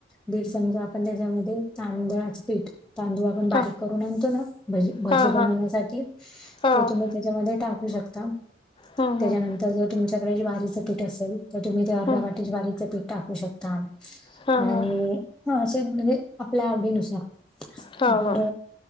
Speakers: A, in the centre; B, on the left.
A: दीड चमचा आपण त्याच्यामध्ये तांदळाच पीठ, तांदूळ बारीक
B: हां
A: करून आणतो ना भजी भजी
B: हां
A: बनवण्यासाठी
B: हां हां
A: तेच्या त्याच्यामध्ये टाकू शकता.
B: हं
A: त्याच्यानंतर
B: हं
A: जर तुमच्याकडे ज्वारीच पीठ असेल तर तुम्ही ते अर्ध्या
B: हं
A: वाटीचे ज्वारीच पीठ टाकू शकता
B: हां
A: आणि
B: हां
A: हा असं म्हणजे आपल्या आवडीनुसार
B: हां
A: जर
B: हां